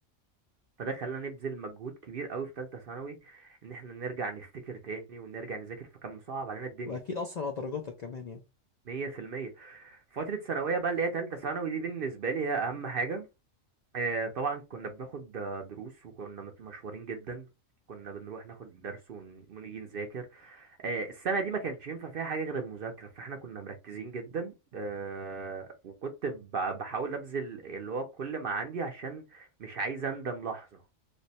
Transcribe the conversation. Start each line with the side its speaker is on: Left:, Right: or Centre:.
Right: فده خلانا نبذل مجهود كبير أوي في تالتة ثانوي إن إحنا نرجع نفتكر تاني ونرجع نذاكر فكان مصعب علينا الدنيا
Left: وأكيد أثر على درجاتك كمان يعني
Right: مية في المية فترة ثانوية بقى اللي هي تالتة ثانوي دي بالنسبة لي هي أهم حاجة آه، طبعا كنا بناخد آه، دروس وكنا مت- مشوارين جدا كنا بنروح ناخد درس ون- ونيجي نذاكر آه، السنة دي ما كانش ينفع فيها حاجة غير المذاكرة فاحنا كنا مركزين جدا آه، وكنت ب- بحاول ابذل اللي هو كل ما عندي عشان مش عايز اندم لحظة